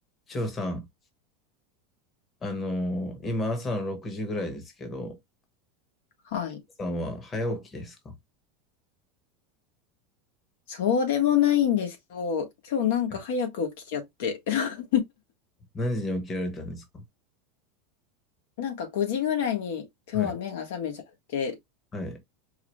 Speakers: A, on the left (about 25°); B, on the left (about 75°).
A: 翔さん、あのー今朝の6時ぐらいですけど、
B: はい。
A: さんは早起きですか
B: そうでもないんですけど、今日なんか早く起きちゃって、
A: はい
B: <laughs>
A: 何時に起きられたんですか
B: なんか5時ぐらいに今日は目が覚めちゃって、
A: はい、はい、